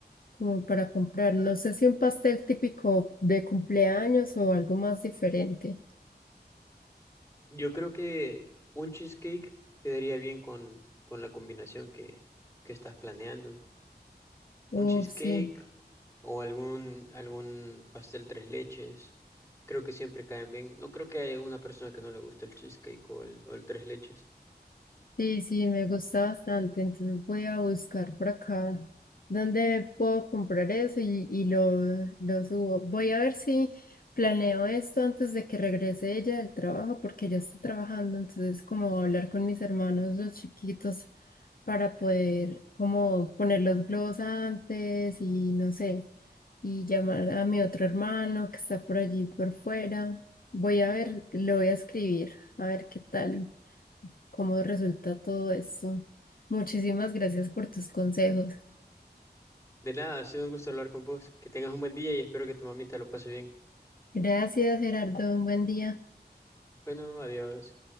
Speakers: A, on the left; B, on the left.
A: como para comprar, no sé si un pastel típico de cumpleaños o algo más diferente.
B: Yo creo que un cheesecake quedaría bien con, con la combinación que, que estás planeando. Un
A: Uf,
B: cheesecake
A: sí.
B: o algún, algún pastel tres leches. Creo que siempre caen bien. No creo que haya una persona que no le guste el cheesecake o el, o el tres leches.
A: Sí, sí, me gusta bastante. Entonces voy a buscar por acá dónde puedo comprar eso y, y lo, lo subo. Voy a ver si planeo esto antes de que regrese ella del trabajo, porque ella está trabajando. Entonces, como hablar con mis hermanos, los chiquitos, para poder como poner los globos antes y no sé, y llamar a mi otro hermano que está por allí por fuera. Voy a ver, lo voy a escribir, a ver qué tal cómo resulta todo eso. Muchísimas gracias por tus consejos.
B: De nada, ha sido un gusto hablar con vos. Que tengas un buen día y espero que tu mamita lo pase bien.
A: Gracias, Gerardo. Un buen día.
B: Bueno, adiós.